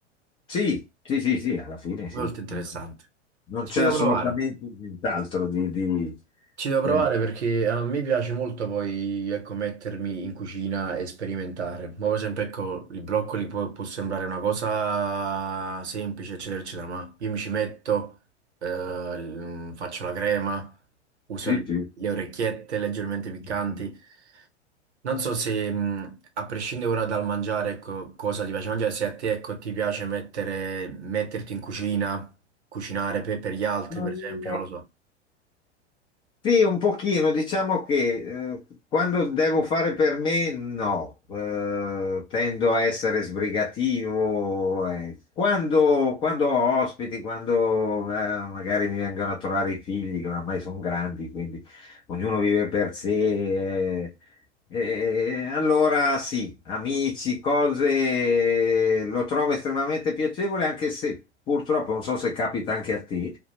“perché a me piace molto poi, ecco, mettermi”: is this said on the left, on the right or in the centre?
Right